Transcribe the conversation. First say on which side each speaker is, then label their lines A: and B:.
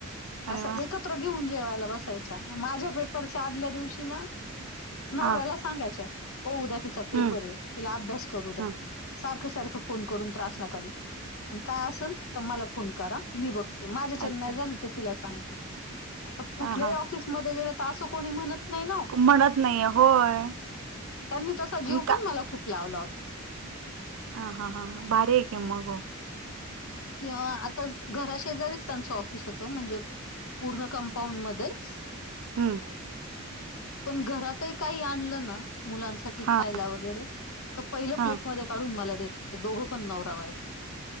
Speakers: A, on the right; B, on the left.
A: अरे
B: असं
A: वा
B: एकत्र घेऊन जेवायला बसायच्या माझ्या पेपरच्या आदल्या दिवशी ना नवऱ्याला
A: हा
B: सांगायच्या ओ उद्या तिचा पेपर
A: हम्म
B: आहे तिला अभ्यास करू द्या.
A: हा
B: सारखं, सारखं फोन करून त्रास नका देऊ आणि काय असेल तर मला फोन करा मी बघ ते माझं चॅन
A: अच्छा
B: नाही झालं तर तिला सांगते आता कुठल्याही
A: हा हा
B: ऑफिसमध्ये गेलं तर असं कोणी म्हणत नाही नव
A: म्हणत नाही होय
B: त्यांनी तसा जीव
A: मग का
B: पण मला खूप लावला होता.
A: ह हा हा भारी आहे की मग हो.
B: <unintelligible> आता घराशेजारीच त्यांच ऑफिस होतो म्हणजे पूर्ण कंपाऊंड मध्येच.
A: हम्म.
B: पण घरातही काही आणलं ना मुलांसाठी
A: हा
B: खायला वगैरे तर पहिलं
A: हा
B: प्लेट मध्ये काढून मला देत होते, दोघं पण नवरा व बायको.